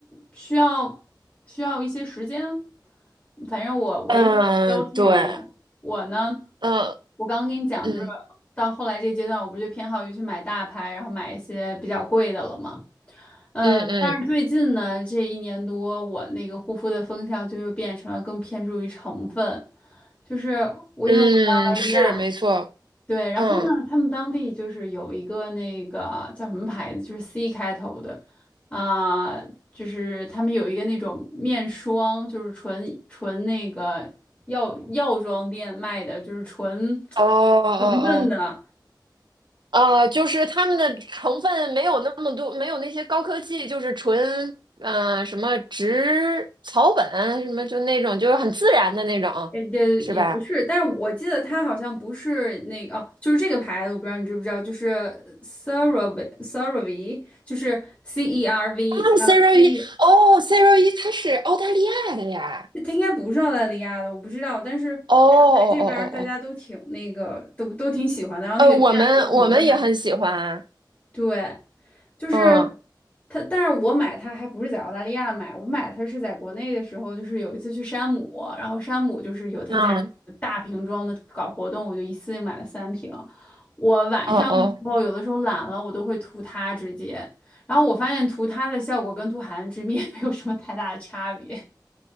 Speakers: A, on the left; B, on the right.
A: 需要需要一些时间。反正我我因为交替着用，
B: 嗯，对，
A: 我呢，
B: 嗯
A: 我刚刚跟你讲，
B: 嗯
A: 就是到后来这个阶段，我不就偏好于去买大牌，然后买一些比较贵的了吗？嗯，
B: 嗯嗯
A: 但是最近呢，这一年多，我那个护肤的风向就又变成了更偏重于成分，就是澳
B: 嗯，
A: 大利亚，
B: 是没错。
A: 对。然后呢，
B: 嗯，
A: 他们当地就是有一个那个叫什么牌子，就是 C 开头的，啊、就是他们有一个那种面霜，就是纯纯那个药药妆店卖的，就是纯
B: 哦哦哦，
A: 成分的。
B: 呃，就是他们的成分没有那么多，没有那些高科技，就是纯呃什么植草本什么就那种，就是很自然的那种，
A: 也也也不是，
B: 是吧？
A: 但是我记得它好像不是那个哦，就是这个牌子，我不知道你知不知道，就是 CeraVe CeraVe，就是 C E R V
B: 啊，Zero
A: 呃 V，
B: 一，哦，Zero 一，它是澳大利亚的呀。
A: 它应该不是澳大利亚的，我不知道，但是反正来这边儿大家都挺那个，
B: 哦哦哦哦哦，
A: 都都挺喜欢的，然后那个店里有很多它，
B: 呃，我们我们也很喜欢，
A: 对。就是
B: 嗯，
A: 它，但是我买它还不是在澳大利亚买，我买它是在国内的时候，就是有一次去山姆，然后山姆就是有他家那个大瓶装的搞活动，
B: 嗯，
A: 我就一次性买了三瓶。我晚上的时候，
B: 哦哦。
A: 有的时候懒了，我都会涂它直接，然后我发现涂它的效果跟涂海岸之蜜 <laughs> 没有什么太大的差别，